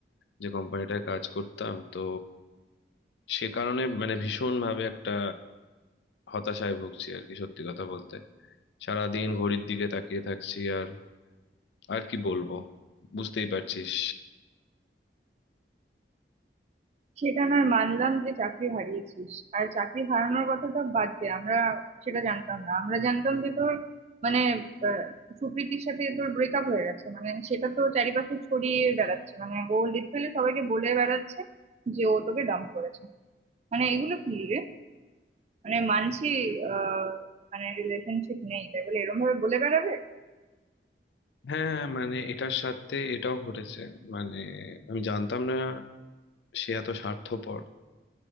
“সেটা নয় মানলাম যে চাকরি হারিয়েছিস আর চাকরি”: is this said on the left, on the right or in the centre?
Right